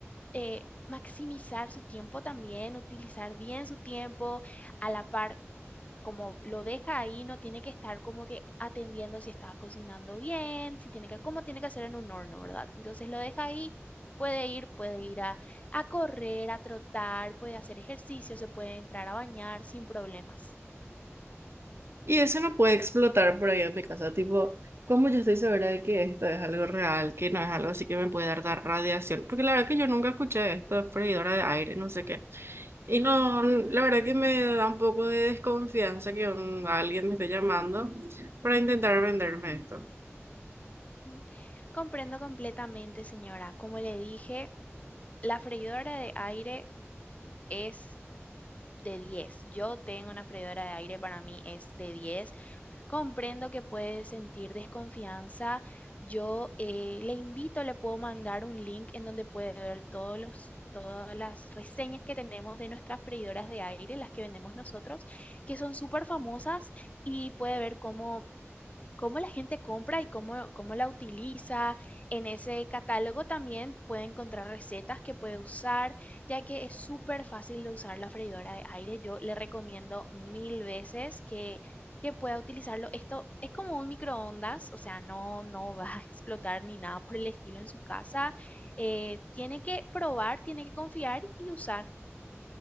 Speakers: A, on the left; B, on the right.
A: eh, maximizar su tiempo también, utilizar bien su tiempo a la par como lo deja ahí, no tiene que estar como que atendiendo si está cocinando bien, si tiene que, como tiene que hacer en un horno, ¿verdad? Entonces lo deja ahí, puede ir, puede ir a, a correr, a trotar, puede hacer ejercicio, se puede entrar a bañar sin problemas.
B: Y eso no puede explotar por ahí en mi casa. Tipo, ¿cómo yo estoy segura de que esto es algo real, que no es algo así que me puede dar, dar radiación? Porque la verdad que yo nunca escuché esto de freidora de aire, no sé qué. Y no, la verdad que me da un poco de desconfianza que un- alguien me esté llamando para intentar venderme esto.
A: Mm, Comprendo completamente, señora. Como le dije, la freidora de aire es de diez Yo tengo una freidora de aire, para mí es de diez Comprendo que puede sentir desconfianza. Yo eh, le invito, le puedo mandar un link en donde puede ver todos los, todas las reseñas que tenemos de nuestras freidoras de aire, las que vendemos nosotros, que son súper famosas y puede ver cómo cómo la gente compra y cómo, cómo la utiliza. En ese catálogo también puede encontrar recetas que puede usar, ya que es súper fácil de usar la freidora de aire. Yo le recomiendo mil veces que, que pueda utilizarlo. Esto es como un microondas, o sea, no, no va a <laughs> explotar ni nada por el estilo en su casa. Eh, tiene que probar, tiene que confiar y usar.